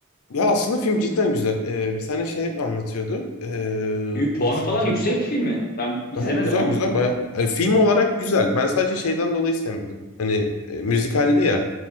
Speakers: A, on the left; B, on the left.
A: Ya aslında film cidden güzel. Ee, bir tane şey anlatıyordu. Ee,
B: Yü- Puanı
A: nasıl
B: falan
A: desem.
B: yüksek filmin. Ben izlemedim
A: Aha, güzel
B: ama
A: güzel baya e, film olarak güzel. Ben sadece şeyden dolayı sevmedim. Hani e, müzikaldi ya.